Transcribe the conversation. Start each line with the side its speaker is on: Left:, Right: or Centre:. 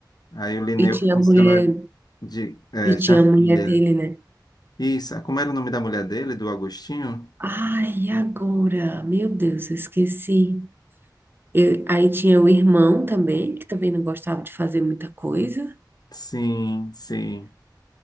Left: Aí o Lineu,
Right: E tinha
Left: funcionário
Right: a mulher,
Left: de, é,
Right: e tinha
Left: tinha
Right: a mulher
Left: filha.
Right: dele, né?
Left: Isso, como era o nome da mulher dele, do Agostinho?
Right: Ai, e agora, meu Deus, eu esqueci. Eu- aí tinha o irmão também, que também não gostava de fazer muita coisa.
Left: Sim, sim.